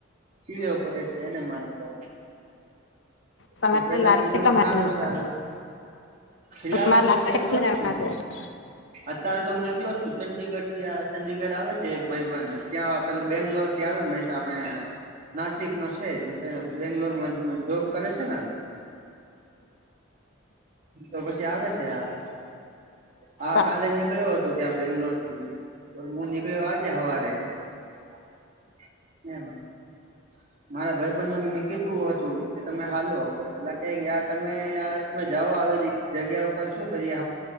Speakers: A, on the right; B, on the left.
A: ખીજો પડે છે એને માટે તો
B: તમારા
A: તો પેલા
B: લાડ
A: કીધું
B: કેટલા
A: કે
B: માણસ
A: સારું સારું
B: છે?
A: ફિહાલ
B: તમારા
A: તો
B: લાડ
A: હું
B: કેટલા
A: એકલો જ છું
B: જણા
A: અત્યારે તો હું એકલો જ છું ચંંદગઢ ત્યાં ચંડીગઢ આવે છે એક ભાઈબન ત્યાં પેલું બેંગ્લોર થી આવે હમેશા આપણે નાસિક નો છે જો ત બેંગ્લોર માં જોબ કરે છે ને તો પછી આવે છે આ હા
B: છે
A: કાલે નીકળ્યો હતો ત્યાં બેંગ્લોર થી હું નીકળ્યો આજે સવારે <unintelligible> મારા ભાઈ બંધને મેં કીધું હતું કે તમે હાલો પણ પેલા ક તમે તમે જાઓ આવે જગ્યા ઉપર શું કરીએ